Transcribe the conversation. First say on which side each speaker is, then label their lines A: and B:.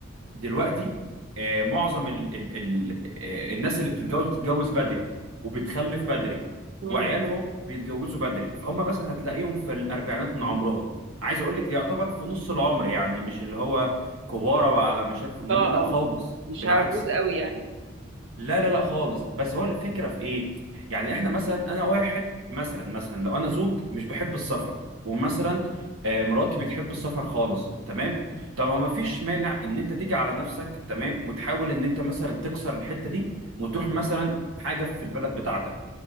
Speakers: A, on the right; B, on the right.
A: دلوقتي آه، معظم ال ال ال آه، الناس اللي بتتجوز بتتجوز بدري وبتخلف بدري
B: إمم.
A: وعيالهم بيتجوزوا بدري فهم مثلا هتلاقيهم في الاربعينات من عمرهم عايز اقول لك يعتبر في نص العمر يعني مش اللي هو كبارة وعلى مشارف الموت
B: آه،
A: لا
B: آه،
A: خالص
B: مش
A: بالعكس
B: هاعوز أوي يعني،
A: لا لا
B: إمم،
A: لا خالص بس هو الفكرة في ايه؟ يعني احنا مثلا انا واحد مثلا مثلا لو انا زوج مش بحب السفر ومثلا آه، مراتي بتحب السفر خالص تمام؟ طب ما فيش مانع ان انت تيجي على نفسك تمام وتحاول ان انت مثلا تكسر الحتة دي وتروح مثلا حاجة في البلد بتاعتك